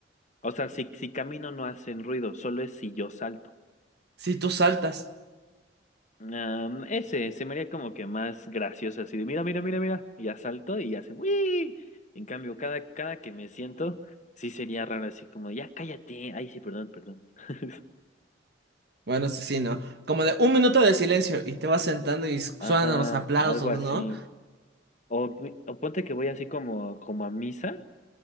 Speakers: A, on the left; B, on the right.
A: O sea, si, si camino no hacen ruido, solo es si yo salto.
B: Si tú saltas.
A: Am, ese se me haría como que más gracioso, así de mira, mira, mira, mira, y ya salto y ya se ¡Wii! En cambio, cada, cada que me siento, sí sería raro, así como ya cállate, ay, sí, perdón, perdón. <laughs>
B: Bueno, eso sí, ¿no? Como de un minuto de silencio y te vas sentando y suenan
A: Ajá,
B: los aplausos,
A: algo así.
B: ¿no?
A: O, o ponte que voy así como, como a misa